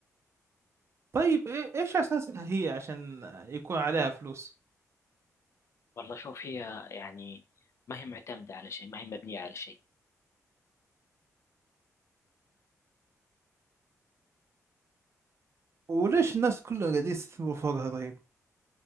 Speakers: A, on the right (about 45°); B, on the left (about 50°).
A: طيب إي- ايش اساسها هي عشان يكون عليها فلوس
B: والله شوف هي يعني ما هي معتمدة على شيء ما هي مبنية على شيء
A: وليش الناس كلها قاعدين يستثمروا فوقها طيب